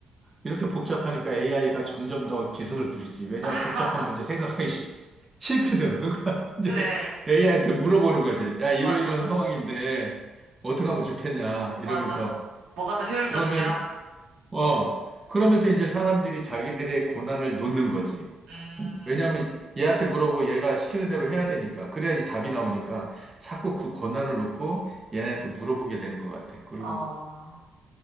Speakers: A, on the right; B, on the right.
A: 이렇게 복잡하니까 AI가 점점 더 기승을 부리지. 왜냐하면
B: <laughs>
A: 복잡한 문제 생각하기 싫, 싫거든. 그러니까 <laughs> 이제
B: 그래.
A: AI한테 물어보는 거지. 야, 이러이러한
B: 맞아,
A: 상황인데 어떻게 하면 좋겠냐 이러면서
B: 맞아. 뭐가 더 효율적이냐?
A: 그러면 어 그러면서 이제 사람들이 자기들의 고난을 놓는 거지.
B: 음,
A: 응? 왜냐하면 얘한테 물어보고 얘가 시키는 대로 해야 되니까 그래야지 답이 나오니까 자꾸 그 고난을 놓고 얘네한테 물어보게 되는 것 같아. 그리고
B: 어,